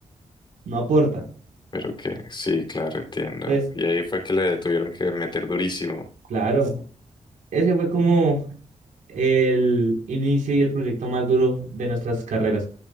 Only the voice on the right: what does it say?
no aporta.
Entonces,
claro, ese fue como el inicio y el proyecto más duro de nuestras carreras.